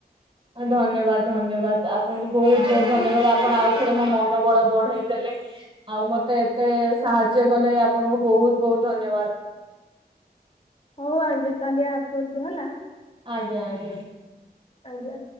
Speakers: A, on the right; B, on the left.
A: ହ ଧନ୍ୟବାଦ ଧନ୍ୟବାଦ ଆପଣଙ୍କୁ ବହୁତ ବହୁତ ଧନ୍ୟବାଦ ଆପଣ ଆଉ ଥରେ ମୋ ମନୋବଳ ବଢେଇ ଦେଲେ। ଆଉ ମତେ ଏତେ ସାହାଯ୍ୟ କଲେ ଆପଣଙ୍କୁ ବହୁତ ବହୁତ ଧନ୍ୟବାଦ।
B: ହଉ ଆଜ୍ଞା କାଲି ଆସନ୍ତୁ ହେଲା।
A: ଆଜ୍ଞା ଆଜ୍ଞା।
B: ଆଜ୍ଞା।